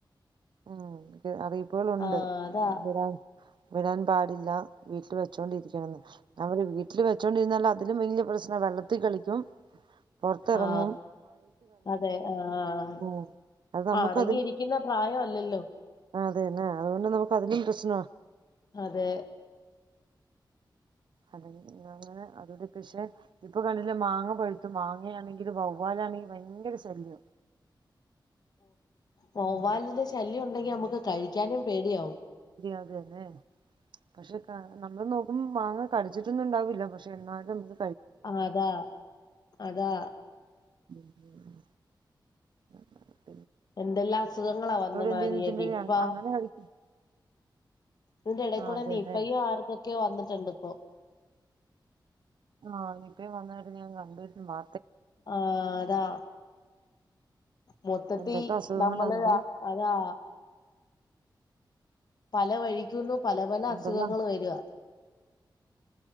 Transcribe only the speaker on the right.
ഉം അറിയിപ്പ്കളൊണ്ട്
ഇവ്ടെ വിടാൻ പാടില്ല വീട്ടി വെച്ചോണ്ടി ഉം നമ്മടെ വീ വീട്ടില് വെച്ചോണ്ടിര്ന്നാല് അതിലും വല്ല്യാ പ്രശ്നാ വെള്ളത്തി കളിക്കും പൊറത്തെറങ്ങും
ഉം അത് നമുക്ക്
അത് തന്നെ അത് കൊണ്ട് നമ്ക്ക് അതിലും പ്രശ്നാ
അതെ അങ്ങനെ അതോണ്ട് പ്ശെ ഇപ്പം കണ്ട്ല്ലെ മാങ്ങ പഴുത്തു മാങ്ങയാണെങ്കില് വവ്വാലാണെങ്കി ഭയങ്കര ശല്യം
ഉം
അതന്നെ പശെ ക നമ്മള് നോക്ക്മ്പോ മാങ്ങ കട്ച്ച്ട്ടൊന്നും ണ്ടാവില്ല പശെ എന്നാലും ത്
ഉം ഉം ഉം ഉം
എന്തെന്ന് വെച്ചിട്ടുണ്ടെങ്കിൽ
അങ്ങനെ കഴിക്കും
ആ അതെല്ലേ
ആ നിപ്പ വന്നിട്ട് ഞാൻ കണ്ടട്ട മാ
എന്തൊക്കെ അസുഖങ്ങളാണെന്ന്
എന്തെല്ലാം